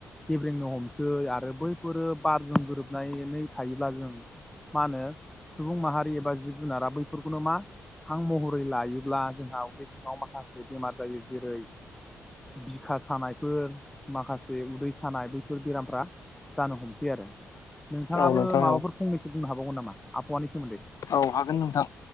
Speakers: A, in the centre; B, on the left.
A: गेब्रेंनो हमसै आरो बैफोरो बारजों गोरोबनानै थायोब्ला जों मा होनो सुबुं माहारि एबा जिब जुनारा बैफोरखौनो मा हां महरै लायोब्ला जोंहा उदै सिङाव माखासे बेमार जायो जेरै बिखा सानायफोर माखासे उदै सानाय बैफोर बेरामफ्रा जानो हमसै आरो। नोंथाङाबो
B: औ नोंथां
A: माबाफोर
B: औ
A: फंनैसो बुंनो हाबाव नंगौ नामा आबहावानि सोमोन्दै
B: औ हागोन नोंथां